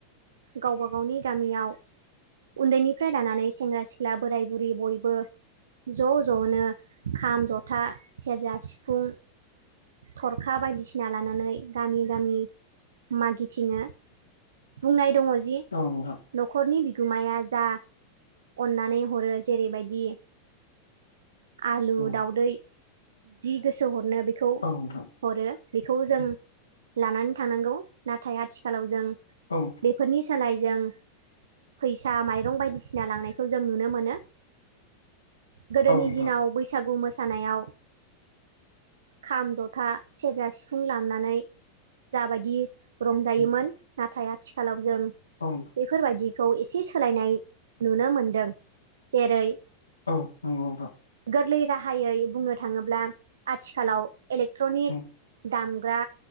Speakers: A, on the right; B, on the left.
A: गावबा गावनि गामियाव उन्दैनिफ्राय लानानै सेंग्रा सिख्ला बोराय बुरि बयबो ज' ज'नो खाम जथा सेरजा सिफुं थरखा बायदिसिना लानानै गामि गामि मागिथिङो। बुंनाय दङ जि
B: औ नोंथां
A: न'खरनि बिगोमाया जा अननानै हरो जेरैबायदि आलु
B: उम
A: दावदै जि गोसो हरनो बेखौ
B: औ नोंथां उम
A: हरो बेखौ
B: उम
A: जों लानानै थानांगौ नाथाय आथिखालाव जों
B: औ
A: बेफोरनि सोलाय जों फैसा माइरं बाय सिना लांनायखौ जों नुनो मोनो गोदोनि
B: नोंथां
A: दिनाव बैसागु मोसानायाव खाम जथा सेरजा सिफुं लामनानै जाबायदि रंजायोमोन
B: उम,
A: नाथाय आथिखालाव जों
B: औ
A: बेफोर बायाददिखौ एसे सोलायनाय नुनो मोनदों जेरै
B: औ नंगौ नोंथां
A: गोरलै राहायै बुंनो थाङोब्ला आथिखालाव इलेक्ट्रनिक
B: उम
A: दामग्रा